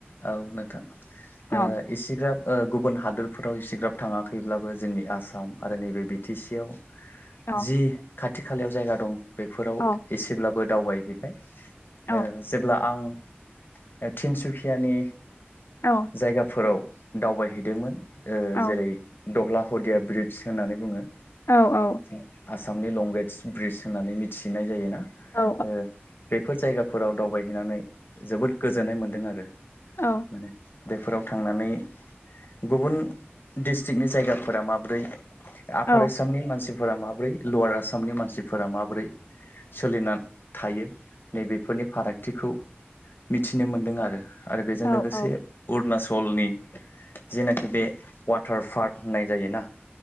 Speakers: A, on the left (about 55°); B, on the left (about 70°).
A: औ नोंथां।
B: औ
A: ओ इसिग्राब ओ गुबुन हादोर <unintelligible> इसिग्राब थाङाखैब्लाबो जोंनि आसाम आरो नैबे बि टि सि आव
B: औ
A: जि खाथि- खालायाव जायगा दं बेफोराव
B: औ
A: एसेब्लाबो दावबायहैबाय।
B: औ
A: ओ जेब्ला आं ओ तिनसुखियानि
B: औ
A: जायगाफोराव दावबायहैदोंमोन। ओ
B: औ
A: जेरै दग्ला <unintelligible> ब्रिडस होननानै बुङो।
B: औ औ।
A: जों आसामनि लंगेदस ब्रिज होननानै मिथिनाय जायोना।
B: औ
A: ओ बेफोर जायगाफोराव दावबायहैनानै जोबोद गोजोननाय मोनदों आरो।
B: औ
A: माने बेफोराव थांनानै गुबुन डिस्ट्रिकनि जायगाफोरा माब्रै आफार
B: औ
A: आसामनि मानसिफोरा माब्रै, लवार आसामनि मानसिफोरा माब्रै? सोलिना थायो नैबेफोरनि फारागथिखौ <unintelligible> <unintelligible> मोनदों आरो। आरो बेजों
B: औ
A: लोगोसे
B: औ औ
A: अरुनाचलनि जेनाखि बे वाटार पार्क होननाय जायोना।